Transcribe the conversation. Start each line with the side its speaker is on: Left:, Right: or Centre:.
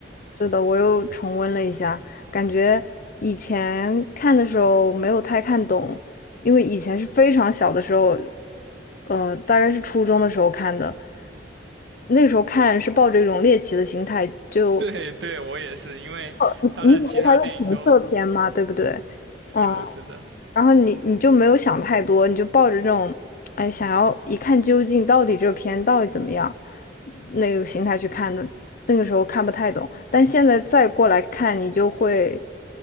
Left: 是的，我又重温了一下，感觉以前看的时候没有太看懂，因为以前是非常小的时候，呃，大概是初中的时候看的，那个时候看是抱着一种猎奇的心态，就
Right: 对对，我也是，因为他的其他电影都
Left: 你你以为它是情色片嘛，对不对？
Right: 是的，
Left: 嗯，
Right: 是的，
Left: 然后你你就没有想太多，你就抱着这种，哎，想要一看究竟，到底这片到底怎么样，那个心态去看的。那个时候看不太懂，但现在再过来看，你就会，